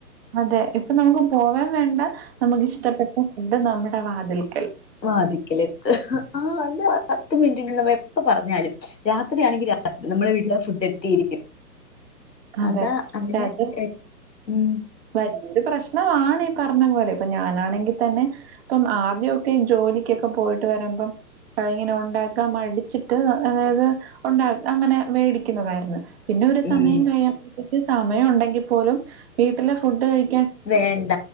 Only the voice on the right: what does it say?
അതെ ഇപ്പൊ നമുക്ക് പോവേം വേണ്ട നമുക്ക് ഇഷ്ടപ്പെട്ട ഫുഡ് നമ്മുടെ വാതിൽക്
അതെ
പക്ഷെ
അത്
വലിയൊരു പ്രശ്നമാണ് ഇ പറഞ്ഞ പോലെ ഇപ്പൊ ഞാനാണെങ്കിൽ തന്നെ ഇപ്പം ആദ്യൊക്കെ ജോ ജോലിക്കൊക്കെ പോയിട്ട് വരുമ്പോ അ ഇങ്ങനെ ഉണ്ടാക്കാം മടിച്ചിട്ട് അതായത് ഉണ്ടാ ങ്ങനെ മേടിക്കുന്നതായിര്ന്ന്. പിന്നെ ഒരു സമയം
കഴിയിമ്പതേക്ക് സമയം ഉണ്ടെങ്കിൽ പോലും വീട്ടിലെ ഫുഡ് കയി